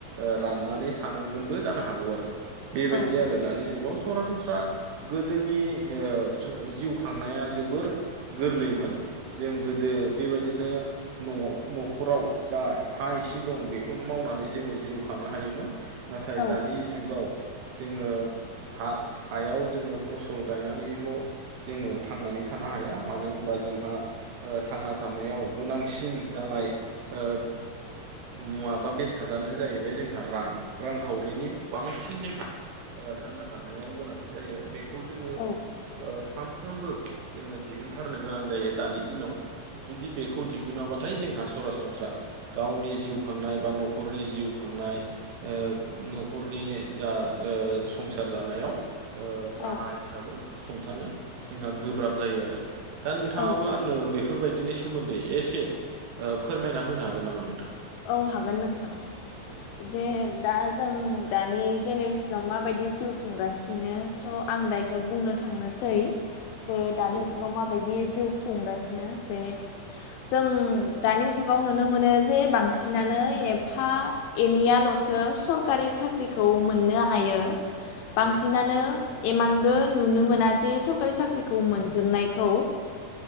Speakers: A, on the right (about 75°); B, on the left (about 80°).
A: ओ राननानै थानांगोनबो जानो हागौ आरो बेबायदि
B: औ औ
A: आरो दानि जुगाव सरासनस्रा गोदोनि ओ जिउ खांनाया जोबोर गोरलैमोन जों गोदो बेबायदिनो न'आव न'खराव जा हा एसे दं बे खौनो मावनानै जोलांङो जिउ खांनो हायोमोन नाथाय
B: औ
A: दानि जुगाव जोङो हा हायाव जोङो फसल गायनानैल' जोङो थांनानै थानो हाया मानो होनबा जोंहा ओ थांना थानायाव गोनांसिन जानाय ओ मुवा बेसादानो जाहैबाय जोंहा रां रांखावरिनि बांसिन जोंहा थांना थानायाव गोनांथि जायो बेखौ जोङो ओ
B: औ
A: सानफ्रोमबो जोङो दिहुनथारनो गोनां जायो दानि दिनाव जुदि बेखौ दिहुनाबाथाय जोंहा सरासनस्रा गावनि जिउ खांनाय बा न'खरनि जिउ खांनाय ओ न'खरनि जा ओ संसार जानायाव ओ राहा
B: औ
A: हिसाबै सुंथानो जोंहा गोब्राब जायो आरो दा नोंथाङाबो
B: औ
A: आंनो बेफोरबायदिनि सोमोन्दै एसे ओ फोरमायना होनो हागोन नामा नोंथां
B: औ हागोन नोंथां जे दा जों दानि जेनेरेसनाव माबायदि जिउ खुंगासिनो स' आं दा इखो बुंनो थांनोसै जे दानि
A: औ
B: जुगाव माबायदि जिउ खुंगासिनो जे जों दानि जुगाव नुनो मोनो जे बां सिनानो एफा-एनैयाल'सो सरकारि साख्रिखौ मोननो हायो
A: औ
B: बांसिनानो एमानबो नुनो मोना जे सरखारि साख्रिखौ मोनजोबनायखौ